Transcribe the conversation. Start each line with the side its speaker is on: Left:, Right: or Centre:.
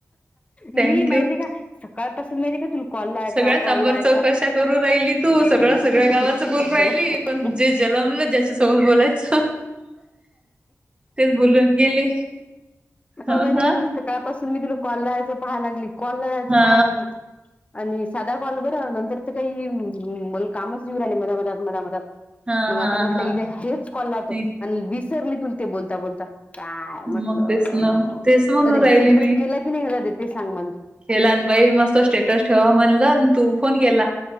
Right: थँक्यू.
Left: मी माहितीे का सकाळपसून माहितीे का तुला कॉल लावायचा
Right: सगळ्या सांबर
Left: कॉल लावायचा
Right: चौकशा करू राहिली तू
Left: <unintelligible>
Right: सगळं सगळ्या गावाचं बोलू राहिली
Left: <unintelligible>
Right: पण
Left: अ
Right: जे जलमलं ज्याच्यासोबत बोलायचं तेच बोलून गेली हो
Left: माहिती
Right: ना
Left: काय तुल सकाळ पास त मी तुला कॉल लावायचं पाहाय लागली, कॉल लावायचं
Right: हा
Left: पाहाय लागली आणि सादा कॉल बर नंतर ते काही म कामच घऊ राहिले मधामधात, मधमधात
Right: हा
Left: मग आता
Right: हा
Left: म्हटलं
Right: हा
Left: इथ हेच कॉल लातो
Right: नाही,
Left: आणि विसरली तु ते बोलता बोलता काय म्हटलं
Right: मग तेच ना तेच म्हणून
Left: अरे
Right: राहिले
Left: सेलिब्रेट केला की नाही जाऊ दे ते सांग म्हण
Right: केला आणि बाई मस्त स्टेटस ठेवा म्हणल तू फोन केला